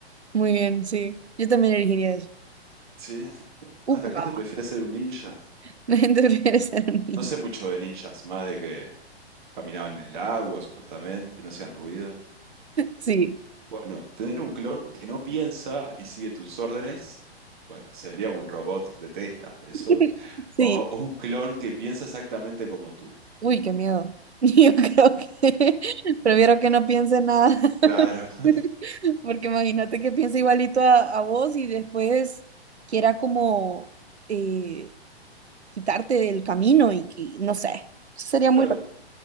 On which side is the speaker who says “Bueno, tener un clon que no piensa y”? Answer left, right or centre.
Right